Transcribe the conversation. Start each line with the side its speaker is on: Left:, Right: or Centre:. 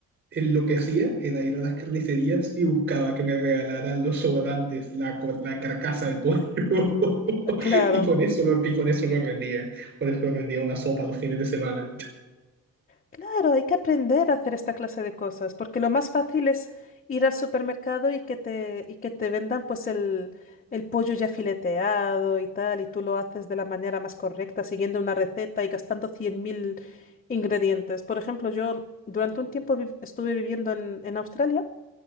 Right: en lo que hacía era ir a las carnicerías y buscaba que me regalaran los sobrantes, la, co- la carcasa del pollo. <laughs>
Left: Claro,
Right: Y con eso lo, y con eso lo rendía. Con eso rendía una sopa los fines de semana.
Left: claro, hay que aprender a hacer esta clase de cosas, porque lo más fácil es ir al supermercado y que te, y que te vendan pues el, el pollo ya fileteado y tal, y tú lo haces de la manera más correcta, siguiendo una receta y gastando 100.000 ingredientes. Por ejemplo, yo durante un tiempo vi- estuve viviendo en, en Australia